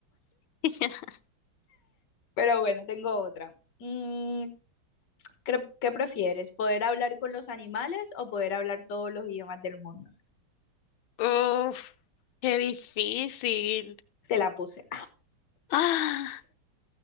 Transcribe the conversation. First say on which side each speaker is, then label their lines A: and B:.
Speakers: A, on the left; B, on the left.
A: <laughs>
B: Pero bueno, tengo otra. Mm, cre- ¿qué prefieres? ¿Poder hablar con los animales o poder hablar todos los idiomas del mundo?
A: Uf, qué difícil.
B: Te la puse.
A: Ah,